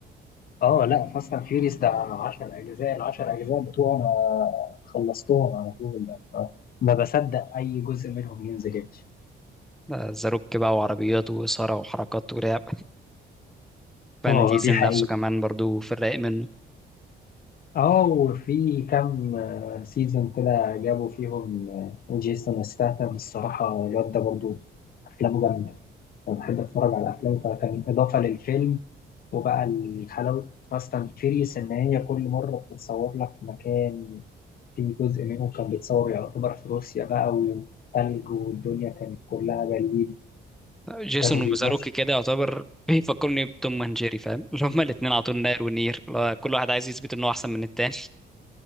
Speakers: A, on the left; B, in the centre.
A: اه لا فاست اند فيوريوس ده 10 اجزاء ال 10 اجزاء بتوعه انا خلصتهم على طول بقى. آه، ما بصدق اي جزء منهم ينزل يا باشا
B: آه، زاروك بقى وعربيات واثاره وحركات ولعب فان
A: اه
B: ديزل
A: دي حقيقة
B: نفسه كمان برضو في الرايق منه
A: اه وفي كام سيزون كده جابوا فيهم آه، جيسون ستاثام الصراحة الواد ده برضه أفلامه جامدة أنا بحب أتفرج على أفلامه فكان إضافة للفيلم وبقى الحلاوة فاست اند فيريوس إن هي كل مرة بتتصور لك في مكان في جزء منه كان بيتصور يعتبر في روسيا بقى وثلج والدنيا كانت كلها جليد
B: جيسون
A: وكانوا بيمشوا
B: وزاروك كده يعتبر بيفكرني بتوم اند جيري فاهم اللي هما الاتنين على طول ناير ونير اللي هو كل واحد عايز يثبت ان هو احسن من التاني